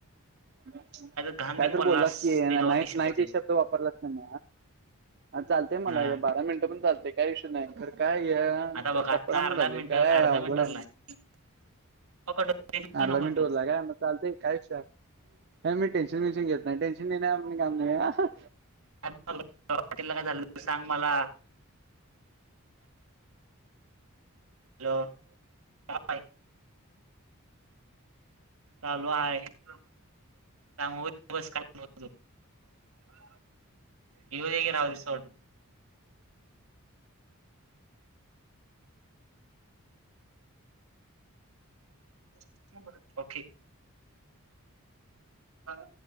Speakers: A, on the right; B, on the right.
A: <unintelligible>
B: घाण
A: काय
B: बिन
A: तर बोललास की,
B: त्याच्यावर
A: नाही
B: विषय
A: नाही
B: असते.
A: ते शब्द वापरला अन हं चालतेय मला
B: हा
A: बारा मिनिटं पण चालतंय, काय ईशू नाही खर काय हे..
B: आता बघ
A: खरं
B: आता
A: सपना पण
B: अर्धा
A: झालंय
B: मिनिट
A: काय
B: अर्धा
A: अवघड आहे.
B: <unintelligible>
A: अर्धा
B: नकोस
A: मिनटं
B: तू
A: उरलाय काय म चालत काय विषय हाय. टेन्शन- बिन्शन घेत नाही टेन्शन घेणं आपलं काम नाही.
B: <unintelligible> तिला काय झालं तर सांग मला हॅलो <unintelligible> <inaudible> चालू हाय त्यामुळं गप बस काय <unintelligible> हे हू दे की, राहू दे सोड. <unintelligible> Okay hello